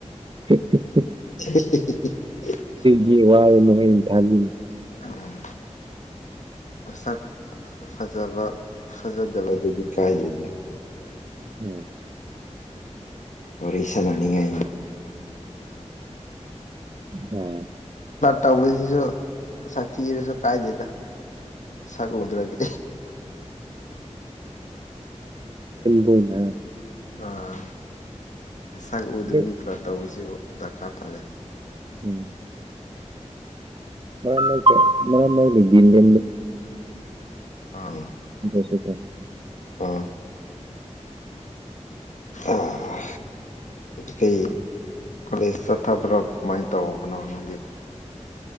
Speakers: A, on the right; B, on the left.
A: ꯑ <unintelligible>
B: <inaudible>
A: ꯒꯤ ꯋꯥꯔ ꯃꯣꯍꯤꯟ ꯊꯅꯤ
B: ꯎꯝ ꯃꯁꯛ ꯐꯖꯕ ꯐꯖꯗꯕꯗꯨꯗꯤ ꯀꯥꯏꯗꯦꯗ
A: ꯎꯝ
B: ꯑꯣꯔꯁ ꯂꯅꯤꯉ
A: ꯎꯝ
B: ꯇꯧꯕꯁꯤꯁꯨ ꯁꯥꯛꯊꯤꯔꯁꯨ ꯀꯥꯏꯗꯦꯗ ꯁꯒꯂꯗꯔꯒꯦ
A: ꯕꯣꯏꯅ
B: ꯑꯥ ꯄꯁꯛ
A: ꯑꯗꯨ
B: ꯎꯗꯕꯤ ꯄ꯭ꯂꯣꯠ ꯇꯧꯕꯁꯤ ꯗꯔꯀꯥꯔ ꯇꯥꯖꯩ
A: ꯎꯝ ꯃ ꯃꯃ ꯀꯥꯏ
B: ꯑꯥ
A: ꯑꯁ ꯐ
B: ꯑꯥ ꯑꯥ ꯀꯩ ꯀꯣꯂꯦꯖ ꯆꯠꯊꯕ꯭ꯔꯣ ꯀꯃꯥꯏꯅ ꯇꯧꯕꯅꯣ ꯅꯪꯒꯤ